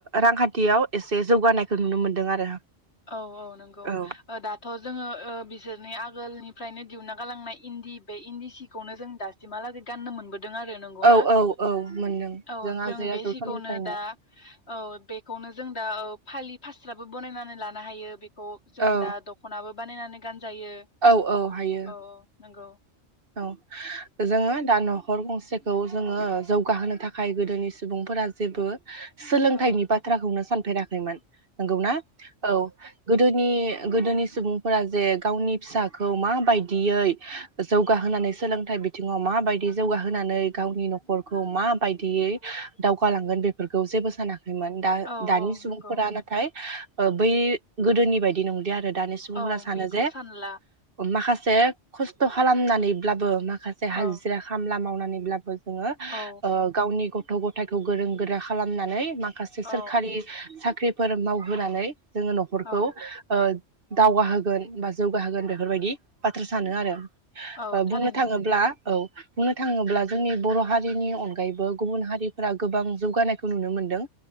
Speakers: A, on the right (about 50°); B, on the left (about 60°).
A: रांखान्थियाव एसे जौगानायखौ नुनो मोन्दों आरो
B: औ औ नंगौ
A: औ
B: दाथ' जोङो बिसोरनि आगोलनि फ्रायनो दिउना गालांनाय इन्दि बे इन्दि सिखौनो जों दासिमहालागै गाननो मोनबोद दों आरो नंगौना
A: औ औ औ मोनदों
B: औ जों
A: आजै
B: बे
A: आजौ
B: सिखौनो
A: समनिफ्रायनो
B: दा औ बेखौनो जों दा औ फालि फास्राबो बानायनानै लान <unintelligible> हायो बे अ जों
A: औ
B: दा दख'नाबो बानाय नानै गान जायो
A: औ औ हायो
B: औ नंगौ
A: औ जोङो दा न'खर गंसेखौ जोङो जौगाहोनो थाखाय गोदोनि सुबुंफोरा जेबो सोलोंथाइनि
B: औ
A: बाथ्राखौनो सान। फेराखैमोन <unintelligible> नंगौ ना औ गोदोनि गोदोनि सुबुंफोरा जे गावनि फिसाखौ मा बायदियै जौगाहोनानै सोलोंथाइ बिथिङाव माबायदि जौगाहोनानै गावनि न'खरखौ माबायदियै दावगालांगोन बेफोरखौ जेबो सानाखै। द
B: औ
A: दानि
B: औ
A: सुबुंफोरा
B: नंगौ
A: नाथाय बै गोदोनि बायदि नंलि आरो। दानि सुबुंफोरा
B: औ
A: सानो
B: बेखौ
A: जे
B: सानला
A: माखासे जे खस्थ'। खालामनानैब्लाबो मा माखासे
B: औ
A: हाजिरा खामला मावना नै ब्लाबो। जोंङो
B: औ
A: ओ गावनि गथ। गथ' गथायखौ गोरों गोरा खालामनानै मा। माखासे
B: औ
A: सोरखारि सा ख्रिफोर मावहोनानै जोङो न'खरखौ
B: औ
A: ओ। दावगाहोगोन बा जौगाहोगोन बेफोरबायदि बाथ्रा सानो आरो।
B: औ
A: ओ बुंनो
B: थारैनो
A: थाङोब्ला। औ बुंनो थाङोब्ला जोंनि बर' हारिनि अनगायैबो गुबुन हारिफोरा गोबां जौगानायखौ नुनो मोनदों।